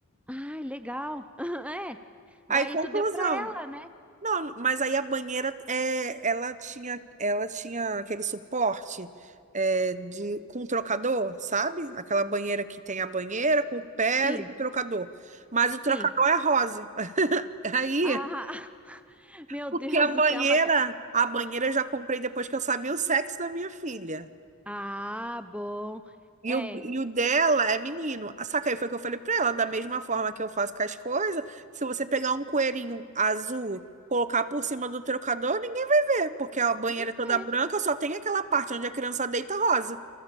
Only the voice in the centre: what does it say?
ai, legal. <laughs> É.
Daí
tu deu pra ela, né?
Sim,
sim.
Ah, <laughs> meu
Deus
do céu, mas... é.
Ah, bom.
É.
é,